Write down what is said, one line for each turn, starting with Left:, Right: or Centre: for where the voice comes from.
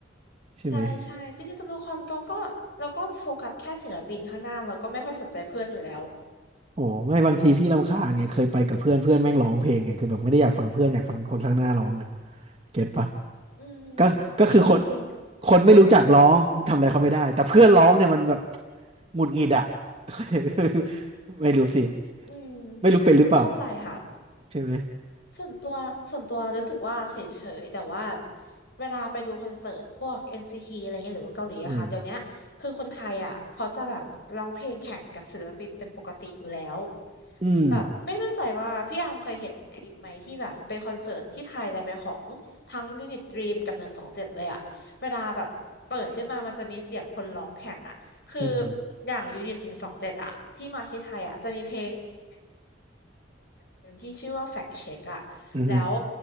Right: ใช่ไหม
Left: ใช่ใช่จริงๆตอนดูคอนก็ก็เราก็โฟกัสแค่ศิลปินข้างหน้าเราก็ไม่ค่อยสนใจเพื่อนอยู่แล้ว
Right: โอ้ไม่บางทีพี่รำคาญไงเคยไปกับเพื่อนเพื่อนแม่งร้องเพลงไงคือแบบไม่ได้อยากฟังเพื่อนอยากฟังคนข้างหน้าร้องอ่ะเก็ตปะ
Left: อืม
Right: ก็ก็คือคน
Left: จริงจริงจริง
Right: คนไม่รู้จักร้องทำอะไรเขาไม่ได้แต่เพื่อนร้องเนี่ยมันแบบหงุดหงิดอ่ะ <laughs> เข้าใจไม่รู้สิ
Left: อืม
Right: ไม่รู้เป็นหรือเปล่า
Left: เข้าใจค่ะ
Right: ใช่ไหม
Left: ส่วนตัวส่วนตัวรู้สึกว่าเฉยๆแต่ว่าเวลาไปดูคอนเสิร์ตพวก NCT อนซีทีอะไรเงี้ยหรือว่าเกาหลีอะค่ะเดี๋ยวเนี้ยคือคนไทยอ่ะเขาจะแบบร้องเพลงแข่งกับศิลปินเป็นปกติอยู่แล้ว
Right: อืมอืม
Left: แบบไม่มั่นใจว่าพี่อาร์มเคยเห็นคลิปไหมที่แบบไปคอนเสิร์ตที่ไทยแต่เป็นของทั้งยูนิตดรีมกับหนึ่งสองเจ็ดเลยอ่ะเวลาแบบเปิดขึ้นมามันจะมีเสียงคนร้องแข่งอ่ะคือ
Right: อืม
Left: อย่างยูนิตหนึ่งสองเจ็ดอ่ะที่มาที่ไทยอ่ะจะมีเพลง หนึ่งที่ชื่อว่า Fact Check อะแล้ว
Right: อืม